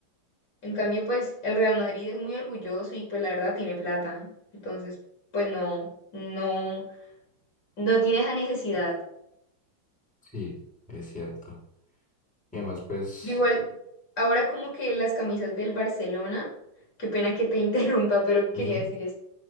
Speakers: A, on the left (about 55°); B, in the centre.
A: En cambio, pues el Real Madrid es muy orgulloso y pues la verdad tiene plata. Entonces, pues no, no, no tiene esa necesidad.
B: Sí, es cierto. Y además, pues...
A: Igual, ahora como que las camisas del Barcelona, qué pena que te <laughs> interrumpa, pero quería
B: ujú.
A: decir esto.